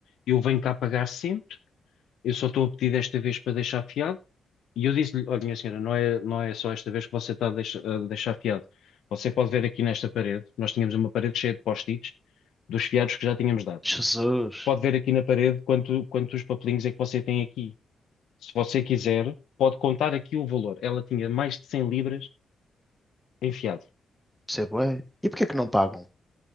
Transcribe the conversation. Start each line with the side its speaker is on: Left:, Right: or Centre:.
Left: eu venho cá pagar sempre. eu só estou a pedir desta vez para deixar fiado. E eu disse-lhe, olha, minha senhora, não é, não é só esta vez que você está a deixa- a deixar fiado. Você pode ver aqui nesta parede, nós tínhamos uma parede cheia de post-its dos fiados que já tínhamos dado.
Centre: Jesus,
Left: Pode ver aqui na parede quanto, quantos papelinhos é que você tem aqui. Se você quiser, pode contar aqui o valor. Ela tinha mais de 100 libras em fiado.
Centre: isso é bué. E porquê que não pagam?